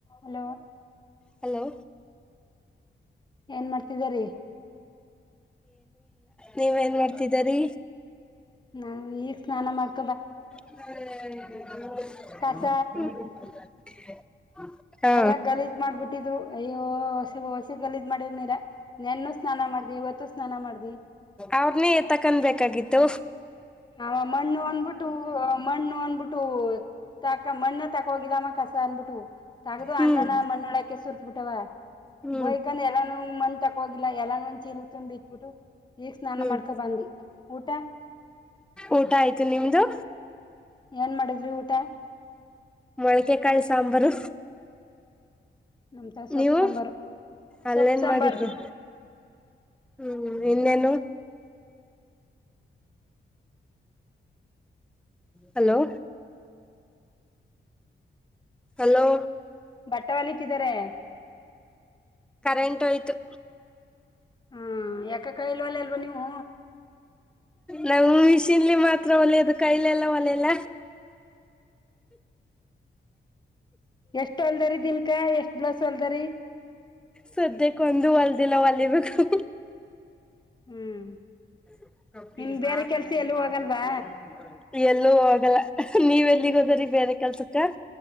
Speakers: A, on the left (about 20°); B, in the centre.
A: Hello
B: hello
A: ಏನ್ ಮಾಡ್ತಿದರಿ
B: ನೀವ ಏನ್ ಮಾಡ್ತಿದರಿ
A: ನಾ್ ಈಗ ಸ್ನಾನ ಮಾಡವಿ
B: <unintelligible>
A: ಕಸ
B: ಹಾ
A: ಎಲ್ಲ ಗಲೀಜ್ ಮಾಡ್ಬಿಟ್ಟಿದ್ರು ಅಯ್ಯ ಹೊಸಿ ಗಲೀಜ್ ಮಾಡಿದರ್ ಮೇಲೆ ನೆನ್ನ ಸ್ನಾನ ಮಾಡ ಅ ಇವತ್ತು ಸ್ನಾನ ಮಾಡ
B: ಅವ್ರನೇ ಎ ತಕನ್ಬೇಕಾಗಿತ್ತು
A: ಆ ಮಣ್ಣು ಅಂದ್ಬಿಟ್ಟು ಮಣ್ಣು ಅಂದ್ಬಿಟ್ಟು ಅ ಮಣ್ಣ ತಗೋಗಿಲ್ಲಮ್ಮ ಕಸ ಅನ್ಬಿಟ್ಟು ತಗದು
B: ಹ್ಮ್
A: ಅಣ್ಣನ ಮಣ್ಣೊಳಕ ಸುರ್ತ್ ಬಿಟ್ಟವ
B: ಹ್ಮ್
A: ಬೋಯ್ಕಂದ ಎಲ್ಲಾನ ಮ ಊಟಕ್ ಹೋಗಿಲ್ಲ ಎಲ್ಲಾನ ಒಂದ ಚೀಲಕ್ ತುಂಬಿ ಇಟ್ಬಿಟ್ಟು ಈಗ್ ಸ್ನಾನ
B: ಹ್ಮ್
A: ಮಾಡ್ಕೊ ಬಂದಿ ಊಟ
B: ಊಟ ಆಯ್ತು ನಿಮ್ದು
A: ಏನ್ ಮಾಡಿದ್ರಿ ಊಟ
B: ಮೊಳಕೆಕಾಳುಸಾಂಬಾರು
A: ನಮ್ದ ಸೊಪ್ಪ
B: ನೀವು
A: ಸಾಂಬಾರು
B: ಅಲ್ಲೇನ್
A: ಸೊಪ್ಪ ಸಾಂಬಾರ
B: ಮಾಡಿದ್ರು ಹ್ಮ್ ಇನ್ನೇನು ಹಲೋ ಹಲೋ
A: ಪಟ್ಟವಲಿಟ್ಟಿದ್ದಾರೆ
B: ಕರೆಂಟ್ ಆಯ್ತು
A: ಹ್ಮ ಯಕ ಕಾಯಲ್ವಾಲ್ಲ ಇಲ್ವಾ ನೀವು
B: ನಾವ್ ಮಿಷಿನ್ಲಿ ಮಾತ್ರ ಒಲೆಯದು ಕೈಲೆಲ್ಲ ಒಲೆಲ್ಲ
A: ಎಷ್ಟ ಹೊಲ್ದರಿ ದಿನ್ಕಾ ಎಷ್ಟ್ ಬ್ಲೌಸ್ ಹೊಲ್ದರಿ
B: ಸದ್ಯಕ್ಕ ಒಂದು ಹೊಲ್ದಿಲ್ಲ ಹೊಲಬೇಕು
A: ಹ್ಮ್
B: <inaudible>
A: ಇನ್ ಬೇರೆ ಕೆಲ್ಸ ಎಲ್ಲೂ ಹೋಗಲ್ವಾ
B: ಎಲ್ಲೂ ಆಗಲ್ಲ ನೀವ ಎಲ್ಲಿಗ ಹೋದ್ರರಿ ಬೇರೆ ಕೆಲ್ಸಕ್ಕ